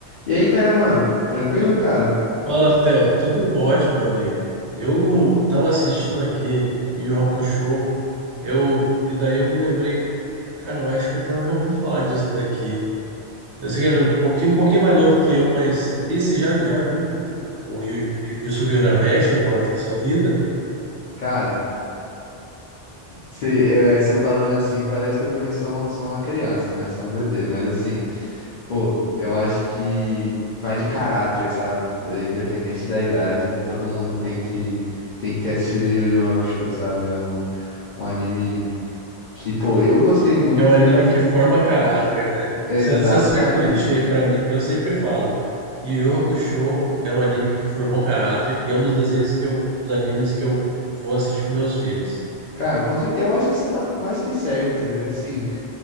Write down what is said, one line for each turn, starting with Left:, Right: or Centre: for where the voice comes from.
Left: E aí, Tayaman? Tranquilo,
Right: Fa-
Left: cara?
Right: Fala, Theo. Tudo ótimo, meu amigo. Eu
Left: Pô,
Right: tava assistindo aqui Yu Yu Hakusho, eu, e daí eu me lembrei, cara, eu acho que o Theo já ouviu falar disso daqui. Eu sei que ele é um pouquinho, um pouquinho mais novo que eu, mas e você já, já viu um, um, o Yu- Yu- Yusuke Urameshi alguma vez na sua vida?
Left: Cara, você falando assim, parece que eu também sou, um- sou uma criança, né? Sou um bebê. Mas assim, pô, eu acho que vai de caráter, sabe? É, Independente da idade, todo mundo tem que, tem que ter assistido Yu Yu Hakusho, sabe? É um, um anime que, pô, eu gostei muito.
Right: É um anime
Left: Eu, ass-
Right: que forma caráter, né?
Left: exatamente.
Right: Você, você acertou em cheio, pra mim, eu sempre falo, Yu Yu Hakusho é um anime que formou caráter e é um dos desenhos que eu, dos animes que eu vou assistir com meus filhos.
Left: Cara, com cer- eu acho que você tá mais que certo. Assim,